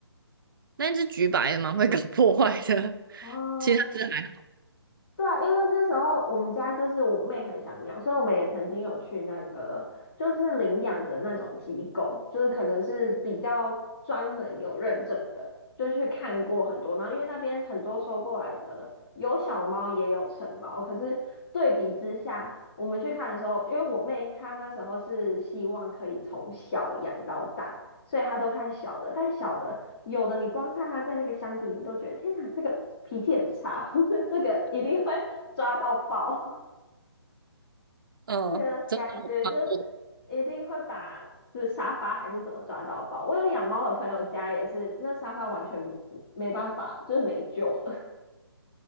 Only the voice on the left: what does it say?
哦，
对啊，因为那时候我们家就是我妹很想养，所以我们也曾经有去那个就是领养的那种机构，就是可能是比较专门有认证的，就去看过很多。然后因为那边很多收过来的有小猫也有成猫，可是对比之下，我们去看的时候，因为我妹她那时候是希望可以从小养到大，所以她都看小的，但小的有的你光看他在那个箱子里，你都觉得天哪，这个脾气很差，或者这个一定会 <laughs> 抓到爆，<laughs>
就觉得感觉就是
一定会把这沙发还是什么抓到爆。我有养猫的朋友家也是，那沙发完全没办法，就是没救了。